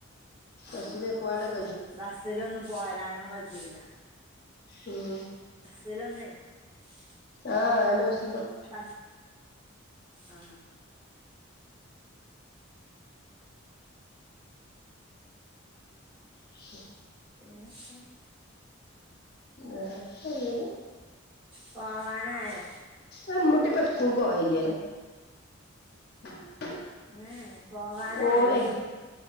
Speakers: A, on the right; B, on the left.
A: ആഹ്
B: അശലക്വാട <unintelligible>
A: ബസ്സിലൊന്നും പോരാനും കഴിയുല്ല
B: മ്മ്
A: <unintelligible>
B: ആ എന്നാ വർഷം
A: ബ ആ
B: <unintelligible>
A: പിന്നക്കെ
B: വപ്പല്ലേ
A: പോവാനോയോ
B: ആ മട്ടേ പ്ലസ് സ് കുൾ <unintelligible> <unintelligible>
A: ഏ പോവാനൻ
B: ഓളെ
A: ആയോശ്യ